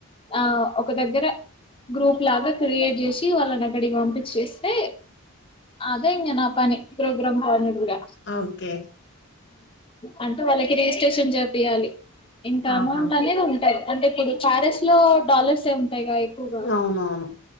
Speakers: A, on the left (about 25°); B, on the left (about 55°).
A: ఆ ఒక దగ్గర గ్రూప్ లాగా క్రియేట్ చేసి వాళ్ళని అక్కడికి పంపించేస్తే అదే ఇంగ నా పని పోగ్రామ్ కోఆర్డినేటర్ గా
B: ఓకే
A: అంటే వాళ్ళకి రిజిస్ట్రేషన్ చెపియాలి ఇంత
B: ఆహా
A: అమౌంట్ అనేది ఉ అంటే ఇప్పుడు ప్యారిస్ లో డాలర్స్ ఏ ఉంటాయి ఎక్కువగా
B: అవునవును